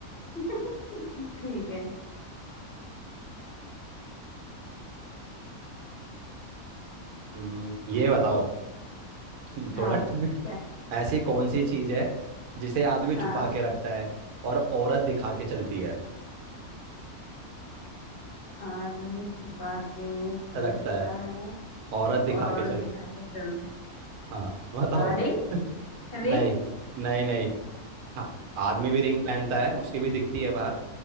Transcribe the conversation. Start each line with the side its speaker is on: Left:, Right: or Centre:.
Left: <laughs> ठीक है
Right: हम्म, ये बताओ <laughs>
Left: हाँ
Right: थोड़ा <laughs>
Left: क्या
Right: ऐसी कौन सी चीज है जिसे आदमी छुपा
Left: हाँ
Right: के रखता है और औरत दिखा के चलती है
Left: आदमी छुपा के चलता
Right: रखता है
Left: है
Right: औरत दिखा
Left: और औरत
Right: के चल
Left: दिखा के चलती
Right: हाँ बताओ
Left: रिंग
Right: <laughs> नहीं
Left: रिंग
Right: नहीं नहीं हाँ, आदमी भी रिंग पहनता है उसकी भी दिखती है बाहर